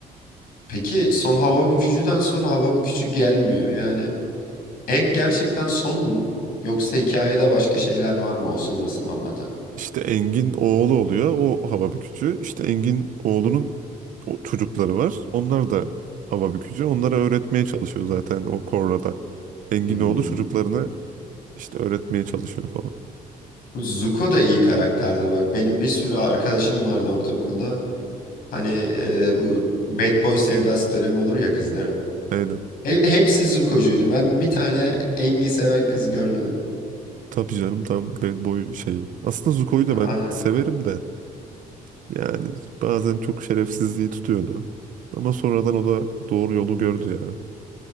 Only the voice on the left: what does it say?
Peki son hava bükücüden sonra hava bükücü gelmiyor. Yani Enk gerçekten son mu? Yoksa hikayede başka şeyler var mı o sonrasını anlatan?
Hmm.
Bu Zuko da iyi karakterdi bak. Benim bir sürü arkadaşım vardı ortaokulda. Hani e, bu bad boy sevdası dönemi olur ya kızların.
He- hepsi Zuko'cuydu. Ben bir tane Engi seven kız görmedim.
Aynen.